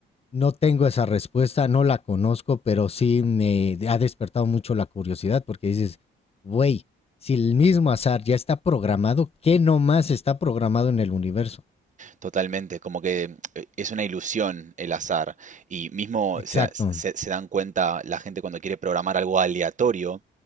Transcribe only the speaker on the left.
No tengo esa respuesta, no la conozco, pero sí me ha despertado mucho la curiosidad porque dices, güey, si el mismo azar ya está programado, ¿qué nomás está programado en el universo?
Exacto,